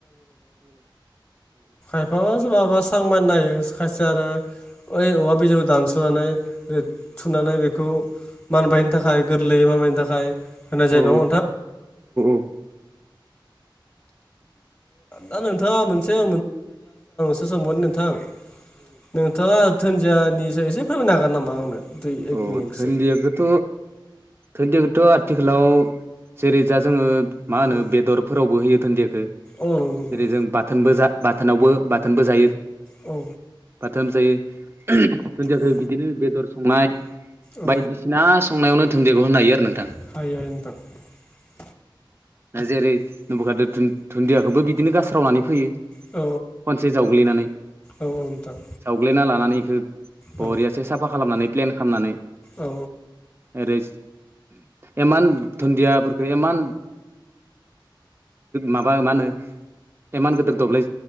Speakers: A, on the left (about 30°); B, on the right (about 30°).
A: <inaudible> एसां मान नायो खायसे आरो ओइ औवा बिजौखौ दानस'नानै थुनानै बेखौ मानबायनो थाखाय गोरलैयै मानबायनो थाखाय होनाय जायो
B: औ
A: नङा होमबा
B: औ
A: नोंथां औ <inaudible> <inaudible>
B: औ
A: मिनिटसो
B: धोनदियाखौथ धोनदियाखौथ' आथिखालाव जेरै जा जोङो मा होनो
A: औ
B: बेदरफोरावबो होयो धोनदियाखौ जेरै
A: औ नंगौ नोंथां
B: जों बाथोनबो बाथोनावबो बाथोनबो जायो
A: औ
B: गोथाम जायो दुन्दियाखौ
A: औ
B: बिदिनो बेदर संनाय
A: औ
B: बायदिसिना संनायावनो धोनदियाखौ होनो हायो आरो ना
A: <inaudible>
B: जेरै नबखाद दुुनदियाखौबो बिदिनो गास्रावनानै फैयो
A: औ
B: खनसे जावग्लिनानै
A: औ नोंथां
B: जावग्लिना लानानै इखो बरियासो
A: औ
B: साफा खालामनानै प्लेन खालामनानै
A: औ
B: ओरै एमान दुन्दियाफोरखो एमान माबा मा होनो एमान गिदिर दब्लाय